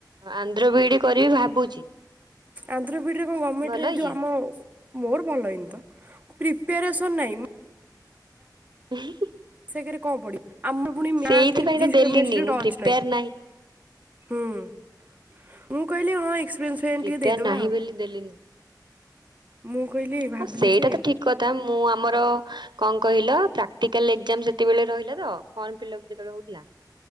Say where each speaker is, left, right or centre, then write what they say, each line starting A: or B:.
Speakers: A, on the right; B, on the right.
A: ଆନ୍ଧ୍ର ବିି ଇ ଡି କରିବି ଭାବୁଛି।
B: ଆନ୍ଧ୍ରବି ଇ ଡି ରେ କଣ ଗର୍ମେଣ୍ଟରେ
A: ଭଲ
B: ଏଇ
A: ହେଇଛି
B: ଯୋଉ ଆମ ମୋର ଭଲ ହେଇ ନି ତ ପ୍ରେପରେସନ ନାଇ ମ
A: ହୁଁ।
B: ସେଗାରେ କଣ ପଡିବ ଆମର ପୁଣି ମ୍ୟାଥ
A: ସେଇଥିପାଇଁ
B: ଫିଜିକ୍ସ
A: ତ ଦେଲିନି
B: କେମିଷ୍ଟ୍ରୀରେ
A: ମୁଁ
B: ଟଚ
A: ପ୍ରିପେୟାର
B: ନାହିଁ। ହୁଁ ମୁଁ କହିଲି ହଁ ଏକ୍ସପିରିଏନ୍ସ ପାଇଁ
A: ପ୍ରିପେୟାର
B: ଟିକେ ଦେଇଦବା
A: ନାହିଁ
B: ଆଉ।
A: ବୋଲି ଦେଲିନି
B: ମୁଁ କହିଲି ଭାବିଲି
A: ହଁ ସେଇଟା
B: ଯେ
A: ତ ଠିକ କଥା ମୁଁ ଆମର କଣ କହିଲ ପ୍ରାକ୍ଟିକାଲ ଏଜାମ ସେଟିକିବେଳେ ରହିଲା ତ। ଫର୍ମ ଫିଲପ ଯେତେବେଳେ ହଉଥିଲା